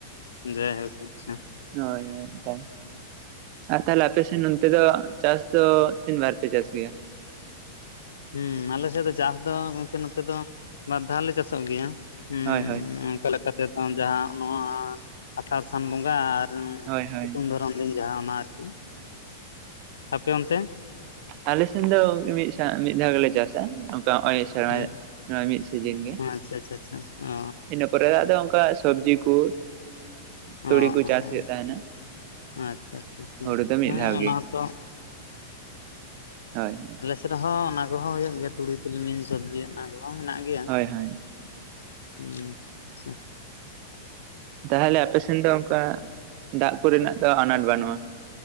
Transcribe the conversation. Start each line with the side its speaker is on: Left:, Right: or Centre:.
Left: ᱡᱟᱭᱦᱚᱠ ᱟᱪᱪᱷᱟ
Right: ᱦᱳᱭ ᱦᱳᱭ ᱟᱨ ᱛᱟᱦᱚᱞᱮ ᱟᱯᱮ ᱥᱮᱫ ᱱᱚᱱᱛᱮ ᱫᱚ ᱪᱟᱥ ᱫᱚ ᱛᱤᱱ ᱵᱟᱨ ᱯᱮ ᱪᱟᱥ ᱜᱮᱭᱟ
Left: ᱦᱩᱸ ᱟᱞᱮᱥᱮᱫ ᱫᱚ ᱪᱟᱥ ᱫᱚ ᱜᱚᱝᱠᱮ ᱱᱚᱛᱮ ᱫᱚ ᱵᱟᱨ ᱫᱷᱟᱣ ᱞᱮ ᱪᱟᱥᱚᱜ ᱜᱮᱭᱟ ᱦᱩᱸ
Right: ᱦᱳᱭ ᱦᱳᱭ
Left: ᱚᱱᱠᱟ ᱞᱮᱠᱟ ᱛᱮᱫᱚ ᱡᱟᱦᱟᱸ ᱱᱚᱣᱟ ᱟᱥᱟᱲ ᱥᱟᱱ ᱵᱚᱸᱜᱟ ᱟᱨ <inaudible>
Right: ᱦᱳᱭ ᱦᱳᱭ
Left: ᱥᱤᱛᱩᱝ ᱫᱷᱚᱨᱚᱱ ᱫᱤᱱ ᱡᱟᱦᱟᱸ ᱚᱱᱟ ᱟᱨᱠᱤ ᱟᱯᱮ ᱚᱱᱛᱮ
Right: ᱟᱞᱮ ᱥᱮᱱ ᱫᱚ ᱢᱤᱫ ᱥᱟᱣ ᱢᱤᱫ ᱫᱷᱟᱣ ᱜᱮᱞᱮ ᱪᱟᱥᱟ ᱟᱯᱮ ᱦᱚᱜᱚᱭ ᱥᱮᱨᱢᱟ
Left: ᱦᱩᱸ
Right: ᱫᱟᱜ ᱱᱚᱣᱟ ᱢᱤᱫ ᱥᱤᱡᱤᱱ ᱜᱮ᱾
Left: ᱟᱪᱪᱷᱟ ᱟᱪᱪᱷᱟ ᱪᱷᱟ ᱚ
Right: ᱤᱱᱟᱹ ᱯᱚᱨᱮ ᱫᱚ ᱟᱫᱚ ᱚᱱᱠᱟ ᱥᱚᱵᱽᱡᱤ ᱠᱚ ᱛᱩᱲᱤ
Left: ᱚ
Right: ᱠᱚ ᱪᱟᱥ
Left: ᱚ
Right: ᱦᱩᱭᱩᱜ ᱛᱟᱦᱮᱱᱟ
Left: ᱟᱪᱪᱷᱟ ᱟᱪᱪᱷᱟ ᱪᱷᱟ
Right: ᱦᱩᱲᱩ ᱫᱚ ᱢᱤᱫ
Left: ᱦᱮᱸ
Right: ᱫᱷᱟᱣ
Left: ᱚᱱᱟ
Right: ᱜᱮ
Left: ᱦᱚᱸᱛᱚ
Right: ᱦᱳᱭ
Left: ᱨᱮᱦᱚᱸ ᱚᱱᱟ ᱠᱚᱦᱚᱸ ᱦᱩᱭᱩᱜ ᱜᱮᱭᱟ ᱛᱩᱲᱤ ᱛᱤᱞᱢᱤᱧ ᱥᱚᱵᱽᱡᱤ ᱚᱱᱟ ᱠᱚᱦᱚᱸ ᱢᱮᱱᱟᱜ ᱜᱮᱭᱟ
Right: ᱦᱳᱭ ᱦᱳᱭ,
Left: ᱦᱩᱸ ᱟᱪᱪᱷᱟ
Right: ᱛᱟᱦᱚᱞᱮ ᱟᱯᱮᱥᱱ ᱫᱚ ᱚᱱᱠᱟ ᱫᱟᱜ ᱠᱚᱨᱮᱱᱟᱜ ᱫᱚ ᱟᱱᱟᱴ ᱵᱟᱹᱱᱩᱜᱼᱟ